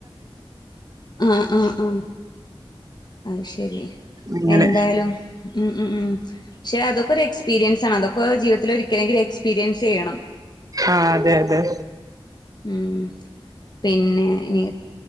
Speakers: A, on the left; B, on the right.
A: അഹ് ആഹ് ആഹ് അഹ് ശെരി
B: അങ്ങനെ
A: എന്തായാലും ഉം ഉം ഉം ക്ഷെ അതൊക്കെ ഒരെക്സ്പീരിയൻസണ് അതൊക്കൊ ജീവിതത്തിലൊരിക്കലെങ്കിലും എക്സീരിയൻസ് ചെയ്യണം.
B: ആഹ് അതെ അതെ
A: ഉം പിന്നെ നി